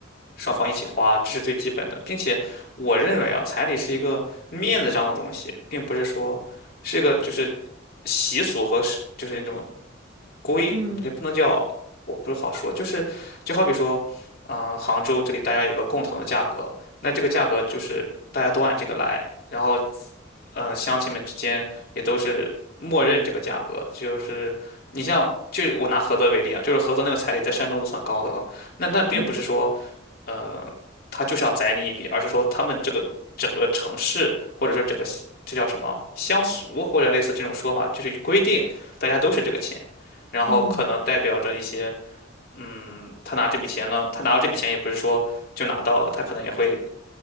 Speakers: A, on the left (about 50°); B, on the right (about 70°).
A: 双方一起花，这是最基本的，并且我认为啊，彩礼是一个面子上的东西，并不是说是一个就是习俗和是就是那种。规也不能叫，
B: 嗯
A: 我不是好说，就是就好比说，啊、杭州这里大家有个共同的价格，那这个价格就是大家都按这个来，然后，嗯、乡亲们之间也都是默认这个价格，就是你像，就我拿菏泽为例啊，就是菏泽那个彩礼在山东都算高的了，那但并不是说。
B: 嗯
A: 呃，他就是要宰你一笔，而是说他们这个整个城市或者说这个这叫什么乡俗或者类似这种说法，就是规定大家都是这个钱，然后可能代表着一些，
B: 嗯
A: 嗯，他拿这笔钱呢，他拿到这笔钱也不是说就拿到了，他可能也会